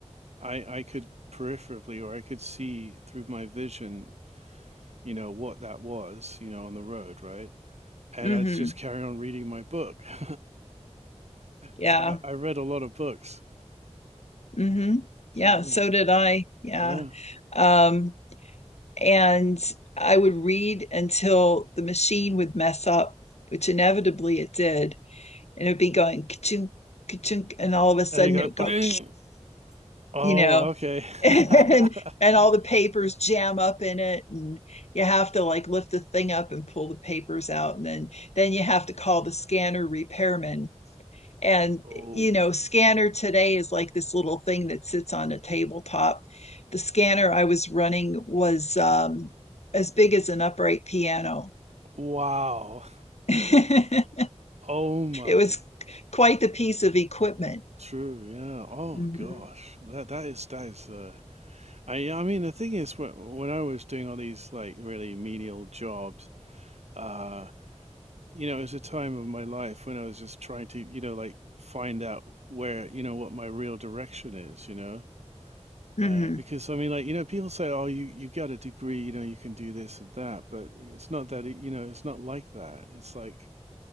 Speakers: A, on the right; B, on the left.
A: I I could peripherally or I could see through my vision, you know, what that was, you know, on the road, right? And
B: mm-hmm,
A: I'd just carry on reading my book. <laughs>
B: yeah,
A: So I, I read a lot of books.
B: mm-hmm,
A: So
B: yeah, so did I. Yeah.
A: yeah.
B: Um, and I would read until the machine would mess up, which inevitably it did. and it would be going ka-chunk, ka-chunk, and all of a sudden
A: And they go,
B: it would
A: bling.
B: go, <laughs>
A: Oh,
B: you know,
A: okay.
B: and
A: <laughs>
B: and all the papers
A: Yeah.
B: jam up in it, and you have to like lift the thing up and pull the papers out, and then then you have to call the scanner repairman. And
A: Oh,
B: you know, scanner today is like this little thing that sits on a tabletop. The scanner I was running was um, as big as an upright piano.
A: wow.
B: <laughs> it
A: Oh my.
B: was quite the piece of equipment.
A: True, yeah. Oh
B: Mm-hmm.
A: gosh. That that is that is uh I I mean the thing is when, when I was doing all these like really menial jobs, uh, you know, it was a time of my life when I was just trying to, you know, like find out where, you know, what my real direction is, you know.
B: Mm-hmm.
A: Uh, because I mean, like, you know, people say, "Oh, you you got a degree, you know, you can do this and that," but it's not that, it- you know, it's not like that. It's like,